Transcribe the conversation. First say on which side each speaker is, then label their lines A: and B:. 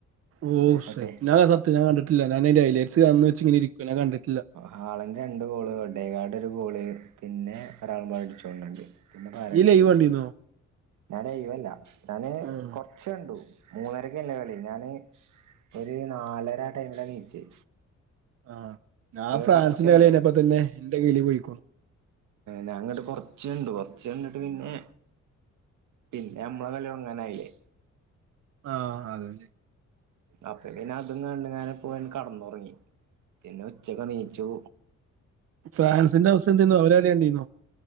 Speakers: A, on the right; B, on the right.
A: ഓ സെറ്റ്
B: ഒടെ
A: ഞ സത്യംഞാ കണ്ടിട്ടില്ല ന്ന് ഡയലൈറ്റ്സ് അന്ന് വെച്ച് ഇങ്ങന ഇരിക്കണ കണ്ട്‌ട്ടാ
B: ഹാളന്റെ രണ്ടു ഗോള് ഒഡേഗാട് ഒരു ഗോള് പിന്നെ ഒരാളുംപാടടിച്ചോണ്ടണ്ട് പിന്നെപ്പാരടിച്ചതൊ
A: ഇയ്യ് ലൈവ് കണ്ടീന്നോ?
B: ഞാൻ ലൈവല്ല ഞാന്
A: ആഹ്.
B: കൊർച്ച് കണ്ടു. മൂന്നരക്കല്ലേ കളി ഞാന് ഒര് നാലര ആ ടൈമിലാ നീച്ചേ.
A: ആഹ്. ഞാൻ ഫ്രാൻസിന്റെ
B: കൊർച്ചണ്ടു
A: കളി കഴിഞ്ഞപ്പോ തന്നെ എന്റെ കിളി പോയിക്കുണു.
B: ഞാന്നട്ട് കൊർച്ചണ്ടു. ച്ചണ്ട്ട്ട് പിന്നെ പിന്നെ അമ്മളെ കളി തൊട്ങ്ങാനായില്ലേ.
A: ആഹ് അതെ
B: അപ്പൊ പിന്നെ അതും കണ്ട്‌കാണ്ട് പോയാണ്ട് കടന്നൊർങ്ങി പിന്നെ ഉച്ചക്ക് നീച്ചു
A: ഫ്രാൻസിന്റെ അവസ്ഥന്തേന്നു അവരെളി കണ്ടീന്നോ?